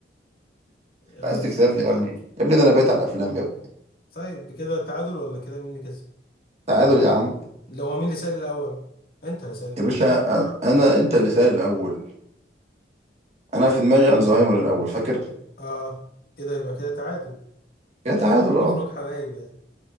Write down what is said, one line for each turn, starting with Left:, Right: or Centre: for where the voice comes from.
Left: بس
Right: عايز تكسبني يا ابني يا ابني ده انا بايت على الافلام يا ابني
Left: طيب كده تعادل ولا كده مين اللي كسب
Right: تعادل يا عم
Left: لو هو مين اللي سال الاول انت اللي سال الاول
Right: يا باشا انا, أنا انت اللي سائل الاول انا في دماغي الزهايمر الاول فاكر
Left: اه كده يبقى كده تعادل
Right: يا تعادل
Left: ن-
Right: اه
Left: نخرج حبايب يعني